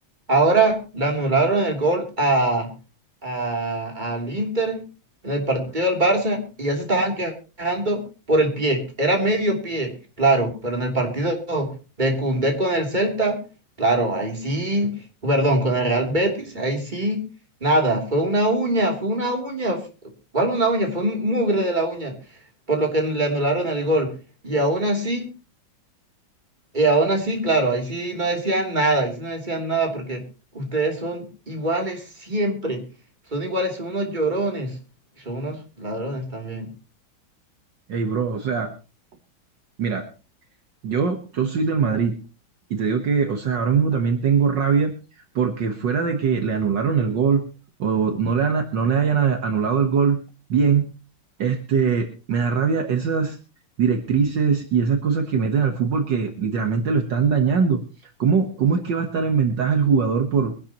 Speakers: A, on the right; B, on the right.
A: Ahora le anularon el gol a, a- al Inter en el partido del Barça y ya se estaban quejando por el pie. Era medio pie, claro, pero en el partido de Koundé con el Celta, claro, ahí sí, perdón, con el Real Betis, ahí sí. Nada, fue una uña, fue una uña, f- ¿cuál una uña? Fue un mugre de la uña, por lo que le anularon el gol. Y aún así, y aún así, claro, ahí sí no decían nada, ahí sí no decían nada porque ustedes son iguales siempre, son iguales, son unos llorones y son unos ladrones también.
B: Hey, bro, o sea, mira, yo, yo soy del Madrid y te digo que, o sea, ahora mismo también tengo rabia porque fuera de que le anularon el gol o no le, han- no le hayan a- anulado el gol bien, este, me da rabia esas directrices y esas cosas que meten al fútbol que literalmente lo están dañando. ¿Cómo, cómo es que va a estar en ventaja el jugador por